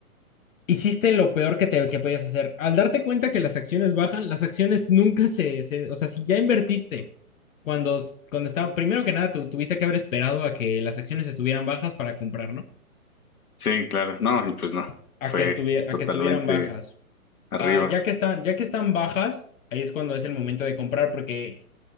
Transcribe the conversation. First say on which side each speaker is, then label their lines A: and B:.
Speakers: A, on the left; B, on the left.
A: hiciste lo peor que, te, que podías hacer. Al darte cuenta que las acciones bajan, las acciones nunca se, se- o sea, si ya invertiste cuando, cuando estaba, primero que nada, te tuviste que haber esperado a que las acciones estuvieran bajas para comprar, ¿no?
B: sí, claro. No, y pues no,
A: A
B: fue
A: que, estuviera,
B: totalmente
A: a que estuvieran bajas.
B: arriba.
A: Ah, ya que están, ya que están bajas, ahí es cuando es el momento de comprar porque